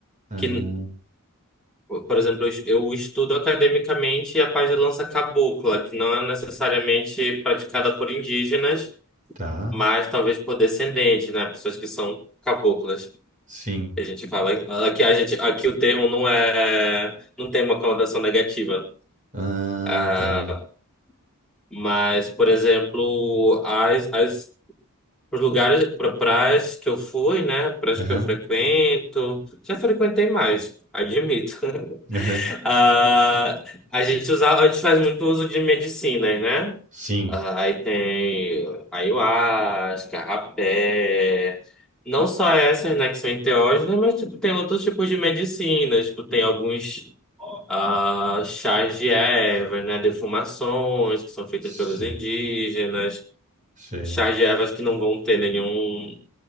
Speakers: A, on the right; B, in the centre.
A: Ah,
B: Que, por exemplo, eu es- eu estudo academicamente a pagelança cabocla, que não é necessariamente praticada por indígenas,
A: tá.
B: mas talvez por descendentes, né? Pessoas que são caboclas.
A: Sim.
B: A gente fala aqui a gente aqui o termo não é não tem uma conotação negativa.
A: Ah,
B: Ah,
A: entendo.
B: mas, por exemplo, as, as Os lugares, pra praias que eu fui, né? Praias
A: Aham.
B: que eu frequento. Já frequentei mais, admito. <laughs>
A: Aham.
B: Ah, a gente usa, a gente faz muito uso de medicinas, né?
A: Sim.
B: Ah, aí tem ayahuasca, rapé. Não só essas, né, que são enteógenas, mas tipo, tem outros tipos de medicinas. Tipo, tem alguns ah, chás de ervas, né? Defumações que são feitas
A: Sei.
B: pelos indígenas.
A: Sei.
B: Chás de ervas que não vão ter nenhum